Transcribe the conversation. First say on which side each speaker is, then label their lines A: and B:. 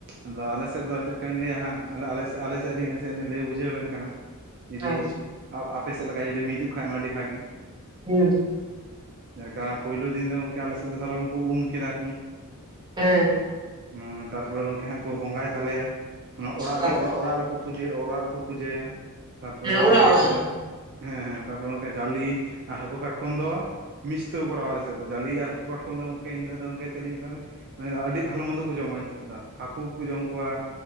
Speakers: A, on the right; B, on the right.
A: ᱟᱫᱚ ᱟᱞᱮ ᱥᱮᱫ ᱫᱚ ᱪᱮᱫ ᱞᱮᱠᱟᱧ ᱞᱟᱹᱭᱟ ᱦᱟᱸᱜ ᱟᱞᱮ ᱥᱮᱫ ᱞᱤᱧ ᱱᱟᱥᱮᱭᱟᱜ ᱞᱤᱧ ᱞᱟᱹᱭ ᱵᱩᱡᱷᱟᱹᱣ ᱟᱵᱮᱱ ᱠᱟᱱᱟ ᱡᱩᱫᱤ
B: ᱦᱮᱸ ᱦᱮᱸ
A: ᱟ-ᱟᱯᱮ ᱥᱮᱫ ᱞᱮᱠᱟ ᱡᱩᱫᱤ ᱢᱤᱫᱚᱜ ᱠᱷᱟᱡ ᱢᱟ ᱟᱹᱰᱤ ᱵᱷᱟᱹᱜᱤ᱾
B: ᱦᱩᱸ
A: ᱪᱮᱫ ᱞᱮᱠᱟ ᱯᱳᱭᱞᱳ ᱫᱤᱱ ᱫᱚ ᱜᱚᱝᱠᱮ ᱟᱞᱮ ᱥᱮᱫ ᱫᱚ ᱫᱷᱚᱨᱚ ᱩᱢ ᱠᱮᱫᱟ ᱠᱚ
B: ᱦᱮᱸ
A: ᱱᱚᱣᱟ ᱛᱟᱨᱯᱚᱨᱮ ᱜᱚᱝᱠᱮ ᱦᱟᱸᱜ ᱠᱚ ᱵᱚᱸᱜᱟᱭ ᱛᱟᱞᱮᱭᱟ ᱾ᱚᱱᱟ ᱚᱲᱟᱜ
B: ᱦᱮᱸ
A: ᱨᱮ ᱚᱲᱟᱜ ᱚᱲᱟᱜ ᱨᱮᱠᱚ ᱯᱩᱡᱟᱹᱭᱟ ᱚᱲᱟᱜ ᱨᱮᱠᱚ ᱯᱩᱡᱟᱹᱭᱟ, ᱛᱟᱨᱯᱚᱨᱮ
B: ᱦᱮᱸ
A: ᱫᱚ ᱦᱩᱭᱩᱜ
B: ᱚᱲᱟᱜ
A: ᱜᱮᱭᱟ ᱜᱚᱢᱠᱮ
B: ᱚᱲᱟᱜ ᱜᱮ
A: ᱦᱮᱸ ᱦᱮᱸ ᱛᱟᱨᱯᱚᱨᱮ ᱜᱚᱝᱠᱮ ᱡᱟᱞᱤ ᱟᱨ ᱦᱟᱹᱠᱩ ᱠᱟᱴᱠᱚᱢ ᱫᱚ ᱢᱤᱥ ᱛᱮᱠᱚ ᱠᱚᱨᱟᱣᱟ ᱟᱞᱮ ᱥᱮᱫ ᱫᱚ ᱡᱟᱞᱤ ᱟᱨ ᱠᱟᱴᱠᱚᱢ ᱫᱚ ᱮᱱ ᱦᱤᱞᱳᱜ ᱫᱚ ᱜᱚᱝᱠᱮ ᱪᱮᱫ ᱞᱤᱧ ᱢᱮᱛᱟ ᱵᱮᱱ, ᱢᱮᱱᱫᱚ ᱟᱹᱰᱤ ᱵᱷᱟᱞᱚ ᱢᱚᱱᱫᱚ ᱠᱚ ᱡᱚᱢᱟ ᱮᱱ-ᱦᱤᱞᱳᱜ ᱫᱚ ᱦᱟᱹᱠᱩ ᱠᱚᱠᱚ ᱡᱚᱢ ᱠᱚᱣᱟ